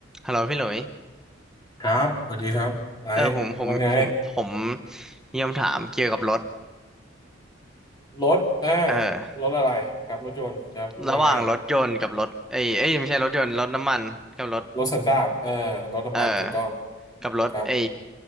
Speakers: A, in the centre; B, on the left (about 20°).
A: ฮัลโหลพี่หลุย
B: ครับสวัสดีครับไอ้
A: เออผมผมผมผม
B: ว่าไง
A: มีคำถามเกี่ยวกับรถ
B: รถอ่า
A: เออ
B: รถอะไรครับรถยนต์ครับว่าไง
A: ระหว่างรถยนต์กับรถเอ้ยเอ้ยไม่ใช่รถยนต์รถน้ำมันกับรถ
B: รถสันดาปอ่ารถน้ำมันถูกต้อง
A: เออกับรถไอ้
B: ครับ